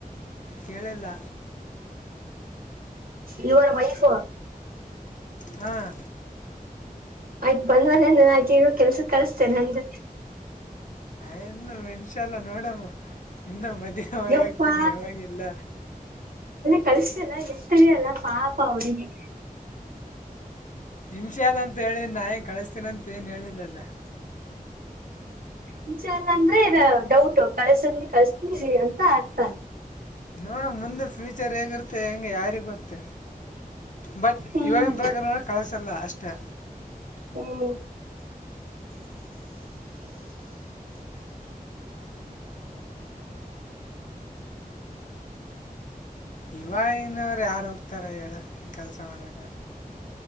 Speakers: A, on the left; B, on the right.
A: ಕೇಳಿಲ್ಲ
B: ಯು ಆರ್ ವೈಫ್
A: ಹಾಂ
B: ಆಯ್ತು ಬಂದ್ ಮನ ಆಯ್ತು ಇವಾಗ ಕೆಲ್ಸ ಕಲ್ಸ್ತೇನೆಂದು
A: ಹ್ ಇನ್ನು ಇನ್ಶಾ ಅಲ್ಲ ನೋಡಮ್ಮ ಇನ್ನು ಮ ಾವಾಗ
B: ಯಪ್ಪಾ
A: ಆಗ್ತೀನಿ ಯಾಗಲ್ಲ
B: ಕಳಸಲ್ಲ ಗೆತ್ತದ ಅಲ್ಲ ಪಾಪ ಆ ಹುಡುಗಿ
A: ಇಂಚ ಅನ್ಂತ ಹೇಳಿ ನಾ ಎನ್ ಕಳಸ್ತೀನಂತ ಏನ್ ಹೇಳಿಲ್ಲಲ್ಲ
B: ಇಂಚನ್ ಎಲ್ಲ ಅಂದ್ರೆ ಡೌಟ್ ಕಳ್ಸಿದ್ರಿ ಕಳ್ಸ್ತಿ ಅಂತ ಅರ್ಥ
A: ನೋಡ ಮುಂದೆ ಫ್ಯೂಚರ್ ಹೇಗಿರ್ತ್ತ ಹೆಂಗೆ ಯಾರಿಗ ಗೊತ್ತ ಬಟ್
B: ಹ್ಮ್
A: ಇವಾಗಿನ ಪ್ರಕಾರ ನೋಡ ಕಳಸಲ್ಲ ಅಷ್ಟೇ
B: ಹ್ಮ್
A: ಇವಗಿನ್ನವರು ಯಾರು ಹೋಗ್ತಾರ ಹೇಳ ಕೆಲ್ಸ ಮಾಡಕ